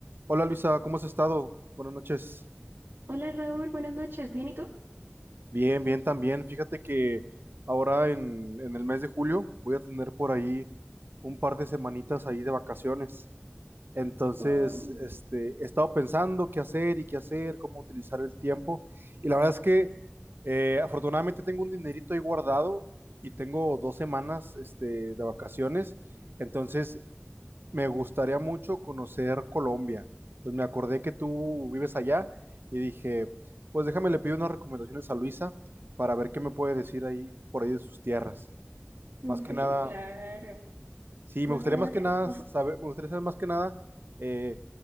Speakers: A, on the right (about 65°); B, on the right (about 80°).
A: Hola Luisa, ¿cómo has estado? Buenas noches.
B: Hola Raúl, buenas noches. ¿Bien y tú?
A: Bien, bien también. Fíjate que ahora en, en el mes de julio voy a tener por ahí un par de semanitas ahí de vacaciones. Entonces,
B: Oh,
A: este, he estado pensando qué hacer y qué hacer, cómo utilizar el tiempo. Y la verdad es que eh, afortunadamente tengo un dinerito ahí guardado y tengo dos semanas, este, de vacaciones. Entonces, Me gustaría mucho conocer Colombia. Entonces me acordé que tú vives allá y dije, pues déjame le pido unas recomendaciones a Luisa para ver qué me puede decir ahí por ahí de sus tierras.
B: <laughs>
A: Más que nada,
B: claro.
A: sí,
B: Más
A: me gustaría
B: que nada
A: más que
B: que,
A: nada
B: ajá.
A: saber, me gustaría saber más que nada eh,